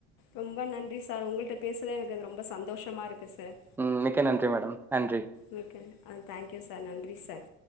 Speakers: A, on the left (about 65°); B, in the centre.
A: ரொம்ப நன்றி சார் உங்கள்ட்ட பேசுத எனக்கு அது ரொம்ப சந்தோஷமா இருக்கு சார்
B: ம் மிக்க நன்றி மேடம் நன்றி
A: மிக்க ஆ தேங்க்யூ சார் நன்றி சார்